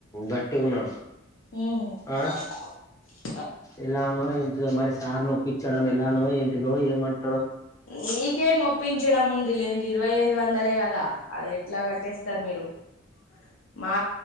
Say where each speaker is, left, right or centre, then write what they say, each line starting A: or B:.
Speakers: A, on the left; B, on the left.
A: గట్టి ఉన్నాడు
B: హామ్
A: ఆ ఎలానో ఏంటిదో మరి సార్ ఆప్ప్పించడం ఎలానో ఏంటిదో ఏమంట
B: మీకేం ఒప్పించడం ఉంది లేడి ఇరవై యిదు వందలే కదా అది ఎట్లా కట్టేస్తారు మీరు టు మా